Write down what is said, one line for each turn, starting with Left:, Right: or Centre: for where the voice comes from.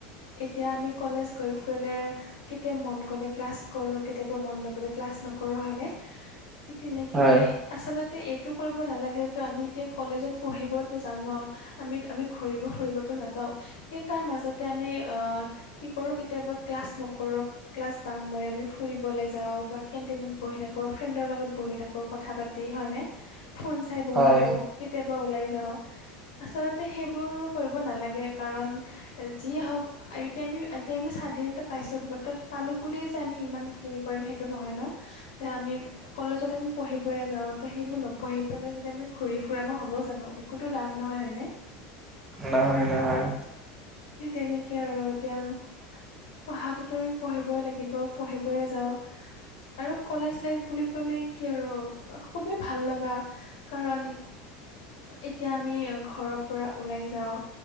Left: এতিয়া আমি কলেজ গৈ পেলাই কেতিয়াবা মন গ'লে ক্লাছ কৰো, কেতিয়াবা মন নগলে ক্লাছ নকৰো, হয়নে? কেনেকে
Right: হয়
Left: আচলতে এইটো কৰিব নালাগে টো আমি এতিয়া কলেজত পঢ়িবতো যাওঁ ন, আমিত আমি ঘূৰিব ফুৰিবতো নাযাওঁ। কিন্তু তাৰ মাজতে আমি আহ কি কৰো কেতিয়াবা ক্লাছ নকৰো, ক্লাছ বাং মাৰো আমি ফুৰিবলৈ যাওঁ বা কেণ্টিনত বহি থাকো, ফ্ৰেণ্ডৰ লগত বহি থাকো, কথা পাতি টি হয়নে ফোন চাই বহি
Right: হয়
Left: থাকো কেতিয়াবা ওলাই যাওঁ। আচলতে সেইবোৰ কৰিব নালাগে কাৰণ যিয়ে হওক আৰু এতিয়া আমি এতিয়া আমি স্বাধীনতা পাইছোঁ বতত পালোঁ বুলিয়েই যে আমি ইমান হেৰি কৰিম সেইটো নহয় ন তে আমি কলেজত আমি পঢ়িবয়ে যাও ত সেইবোৰ নপঢ়ি পেলাই যদি আমি ঘুৰি ফুৰাম হ'ব হ'ব জানো একোতো লাভ নহয়, হয়নে?
Right: নহয় নহয়।
Left: সেই তেনেকেই আৰু এতিয়া পঢ়াটোতো পঢ়িবই লাগিব পঢ়িবই যাওঁ। আৰু কলেজ লাইফ বুলি কলে কি আৰু খুবেই ভাল লগা কাৰণ এতিয়া আমি ঘৰৰ পৰা ওলাই যাওঁ